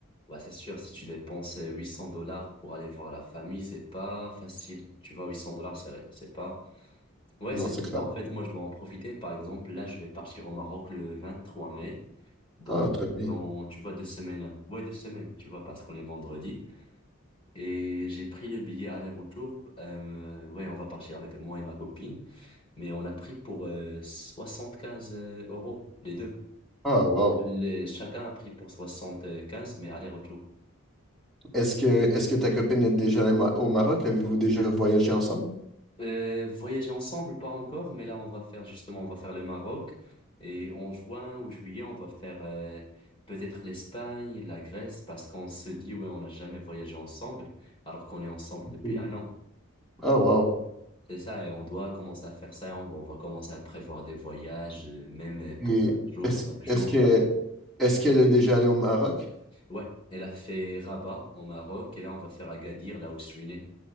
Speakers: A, on the left (about 25°); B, in the centre.
A: Bah, c'est sûr, si tu dépenses euh, 800 dollars pour aller voir la famille, c'est pas facile. Tu vois, 800 dollars, c'est c'est pas. Ouais,
B: Non,
A: c'est
B: c'est
A: pour
B: clair.
A: ça, en fait, moi, je dois en profiter. Par exemple, là, je vais partir au Maroc le 23 mai, dans,
B: Ah, très bien.
A: dans, tu vois, deux semaines. Ouais, deux semaines, tu vois, parce qu'on est vendredi. Et j'ai pris le billet aller-retour. Euh, ouais, on va partir avec moi et ma copine. Mais on a pris pour euh, 75 euros, les deux.
B: Ah, wow.
A: Les- chacun a pris pour 75, mais aller-retour.
B: Est-ce que, est-ce que ta copine est déjà allée ma- au Maroc? Avez-vous déjà voyagé ensemble?
A: Euh, voyager ensemble, pas encore, mais là on va faire justement, on va faire le Maroc et en juin ou juillet on va faire euh, peut-être l'Espagne, la Grèce parce qu'on se dit ouais on n'a jamais voyagé ensemble alors qu'on est ensemble depuis
B: Oui.
A: un an.
B: Ah, wow.
A: C'est ça et on doit commencer à faire ça, on va, on va commencer à prévoir des voyages euh, même euh, pour
B: Et
A: quatre jours,
B: est-ce,
A: cinq jours.
B: est-ce que, est-ce qu'elle est déjà allée au Maroc?
A: Ouais, elle a fait Rabat au Maroc et là on va faire Agadir là où je suis né.